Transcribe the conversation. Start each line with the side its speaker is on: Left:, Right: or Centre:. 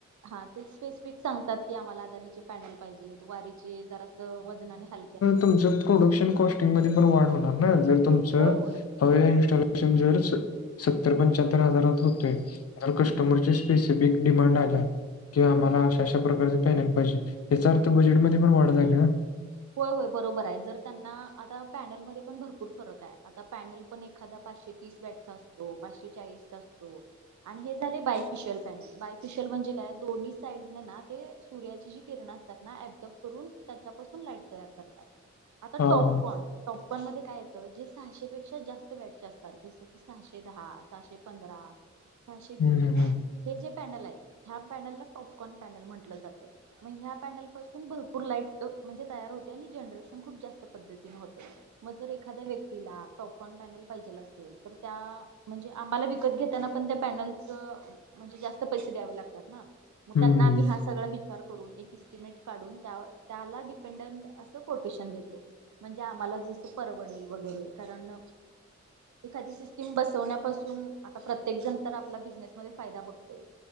Right: हा तेच. स्पेसिफिक सांगतात की आम्हाला आदानीचे पॅनल पाहिजेत वारीचे जरास वजनाने हलके
Left: तुमच प्रोडक्शन कॉस्टिंग म पण वाढ होणार ना जर तुमच
Right: होय होय
Left: हवेला इनस्टॉलेशन जरच सत्तर पंच्याहत्तर हजारात होतोय त्यावर कस्टमरच्या स्पेसिफिक डिमांड आहे. किंवा आम्हाला
Right: हम्म
Left: अशाशा पॅनल याचा अर्थ बजेटमध्ये पण वाढ झाली ना.
Right: होय होय बरोबर आहे जर त्यांना आता पॅनलमध्ये पण भरपूर फरक आहे. आता पॅनल पण एखादा पाचशे तीस, बॅटचा असतो पाचशे चाळीसचा, असतो आणि हे झाले बायफिशियल पॅनेल बायफिशल म्हणजे काय दोन्ही ते सूर्याची जी किरण ऑब्जोब करून त्याच्या पासून लाईट तयार करतात आता
Left: हा
Right: टॉप
Left: हा
Right: कोण कोन मध्ये काय येत जे सहाशे पेक्षा जास्त बायकाचे असतात जस की सहाशे दहा सहाशे पंधरा
Left: <inaudible>
Right: सहाशे वीस
Left: हम्म हम्म
Right: हे जे पॅनल आहेत ह्या पॅनलला पॉपकॉर्न पॅनल म्हटलं जाते मग ह्या पॅन्ल पासून भरपूर लाईट म्हणजे तयार होते आणि जनरेशन खूप जास्त पद्धतीने होते. मग जर एखाद्या व्यक्तीला टॉपकॉर्न पॅनल पाहिजेला असेल तर त्या म्हणजे आम्हाला विकत घेताना पण त्या पॅनलच म्हणजे जास्त पैसे द्यावे लागतात ना. मग
Left: हम्म
Right: त्यांना आम्ही हा सगळा विचार करून एक इस्टिमेट काढून त्या त्याला अस कोटेशन देतो म्हणजे आम्हाला जसं. परवडेल वगैरे कारण एखादी स्कीम बसवण्यापासून आता प्रत्येक जण तर आपला बिझनेसमध्ये फायदा बघतोय.